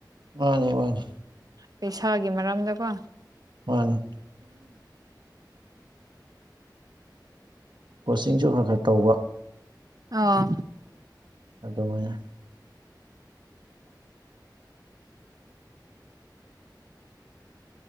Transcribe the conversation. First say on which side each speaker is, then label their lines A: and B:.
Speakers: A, on the right; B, on the right.
A: ꯃꯥꯅꯦ ꯃꯥꯅꯦ
B: ꯄꯩꯁꯥꯒꯤ ꯃꯔꯝꯗꯀꯣ
A: ꯃꯥꯅꯦ ꯀꯣꯆꯤꯡꯁꯨ ꯈꯔ ꯈꯔ ꯇꯧꯕ
B: ꯑꯥ
A: ꯑꯗꯨꯃꯥꯢꯅ <inaudible>